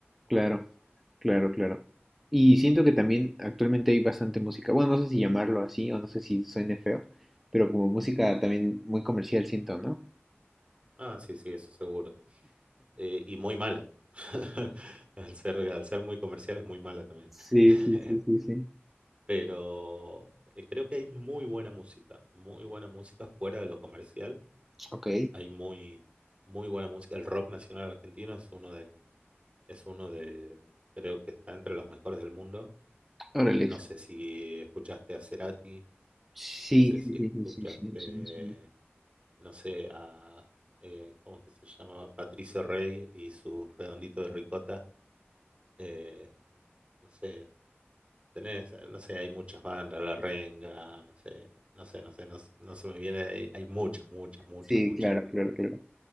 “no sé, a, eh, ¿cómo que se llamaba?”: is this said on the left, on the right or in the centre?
Right